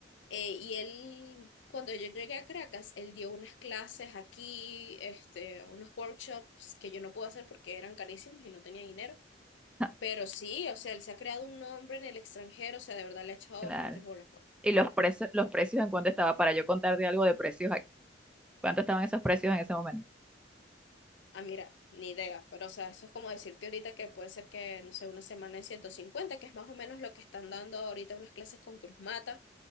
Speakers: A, on the left; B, in the centre.
A: eh, y él, cuando yo llegué a Caracas, él dio unas clases aquí, este, unos workshops que yo no pude hacer porque eran carísimos y no tenía dinero.
B: <laughs>
A: Pero sí, o sea, él se ha creado un nombre en el extranjero, o sea, de verdad le ha echado
B: Claro.
A: bastantes bolas, pues.
B: y los precios, los precios en cuánto estaba para yo contarte algo de precios aquí. ¿Cuánto estaban esos precios en ese momento?
A: Ah, mira, ni idea, pero o sea, eso es como decirte ahorita que puede ser que, no sé, una semana en 150, que es más o menos lo que están dando ahorita unas clases con Cruz Mata,